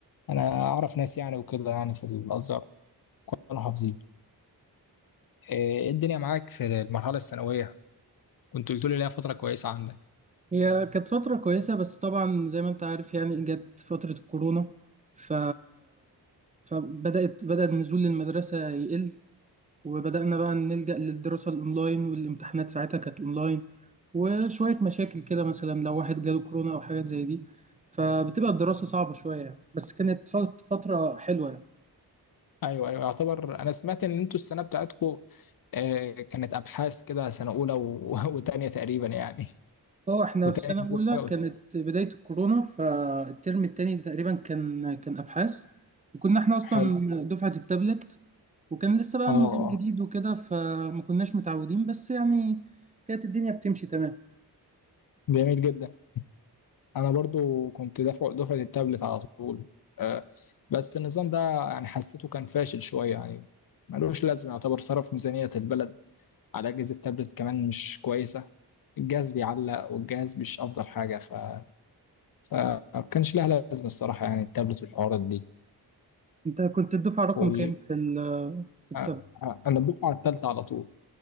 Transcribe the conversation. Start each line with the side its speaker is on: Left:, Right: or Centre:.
Left: أنا أعرف ناس يعني وكده يعني في الأزهر كانوا حافظين إيه إيه الدنيا معاك في المرحلة الثانوية كنت قلت لي ليها فترة كويسة عندك
Right: هي كانت فترة كويسة بس طبعا زي ما انت عارف يعني جت فترة الكورونا ف... فبدأت بدأ النزول للمدرسة يقل وبدأنا بقى نلجأ للدراسة الأونلاين والامتحانات ساعتها كانت أونلاين وشوية مشاكل كده مثلا لو واحد جاله كورونا أو حاجات زي دي فبتبقى الدراسة صعبة شوية يعني بس كانت فت- فترة حلوة يعني
Left: أيوه أيوه يعتبر أنا سمعت إن أنتوا السنة بتاعتكم آه، كانت أبحاث كده سنة أولى و- <laughs> وتانية تقريبا يعني
Right: اه احنا
Left: وتانية
Right: في سنة
Left: نزلت
Right: أولى
Left: حاجة وتالتة.
Right: كانت بداية الكورونا فالترم التاني تقريبا كان كان أبحاث وكنا احنا أصلا
Left: حلو
Right: دفعة التابلت وكان لسه بقى
Left: اه
Right: النظام جديد وكده فما كناش متعودين بس يعني كانت الدنيا بتمشي تمام
Left: جميل جدا انا برضو كنت دفع دفعه التابلت على طول آه، بس النظام ده يعني حسيته كان فاشل شويه يعني ملوش لازمه يعتبر صرف ميزانيه البلد على اجهزه تابلت كمان مش كويسه الجهاز بيعلق والجهاز مش افضل حاجه ف... فما كانش لها لازمه الصراحه يعني التابلت والحوارات دي
Right: انت كنت الدفعة رقم
Left: و...
Right: كام في ال- في التابلت؟
Left: آه، آه، انا الدفعه الثالثه على طول